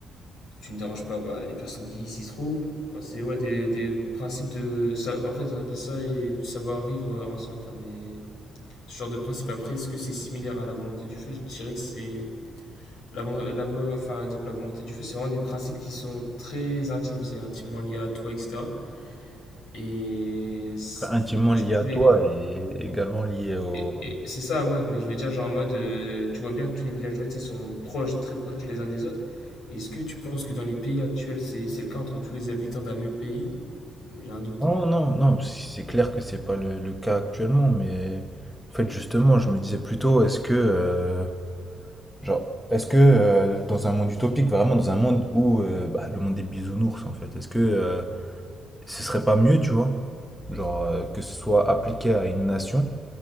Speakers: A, on the left; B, in the centre.
A: tu ne déranges pas bah, les personnes qui s'y trouvent. Enfin, c'est ouais, des, des principes de. ça- en fait, on appelle ça et savoir-vivre euh, ensemble. Enfin, des, ce genre de principe. Après, est-ce que c'est similaire à la volonté du feu Je dirais que c'est. La, vo- la vo- enfin, exemple, la volonté du feu, c'est vraiment des principes qui sont très intimes. C'est intimement lié à toi, etc. Et.
B: Enfin, intimement
A: Genre,
B: lié
A: tous
B: à toi
A: les.
B: et également lié au...
A: et- et C'est ça, ouais, mais je veux dire, genre en mode. euh, tu vois bien que tous les villageois, tu sais, sont proches, très proches les uns des autres. Est-ce que tu penses que dans les pays actuels, c'est c'est le cas entre tous les habitants d'un même pays? J'ai un doute.
B: Non, non, non, si, c'est clair que c'est pas le, le cas actuellement, mais en fait, justement, je me disais plutôt, est-ce que, euh, genre, est-ce que euh, dans un monde utopique, vraiment dans un monde où euh, bah, le monde des bisounours, en fait, est-ce que euh, ce serait pas mieux, tu vois, genre euh, que ce soit appliqué à une nation